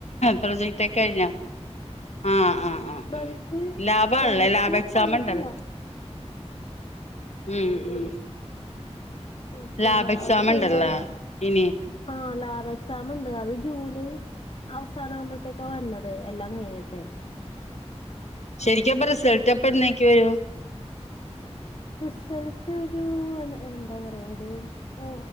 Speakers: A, on the left (about 75°); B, on the left (about 55°).
A: പ്രൊജക്ടൊക്കെ കഴിഞ്ഞാ ആഹ ആ
B: പ്രൊജക്ട്
A: ഉ ലാബാണല്ലേ
B: പ്രൊജക്ട്
A: ലാബ് എക്സാം
B: കഴിഞ്ഞിട്ടില്ല
A: ഉണ്ടല്ല ഉം ഉം
B: അപ്പൊ
A: ലാബ് എക്സാം
B: അത് ചെയ്യ
A: ഉണ്ടല്ലേ ഇനി
B: ആ ലാബ് എക്സാം ഉണ്ട് അത് ജൂലൈ അവസാന ആവുമ്പോഴത്തേക്കാ വന്നത് എല്ലാം കഴിഞ്ഞിട്ട്
A: ശരിക്ക അപ്പ റിസൾട്ട് അപ്പ എന്നേക്കി വരൂ
B: റിസൾട്ട് ഒരു എ എന്താ പറയാ ഒരു ഓ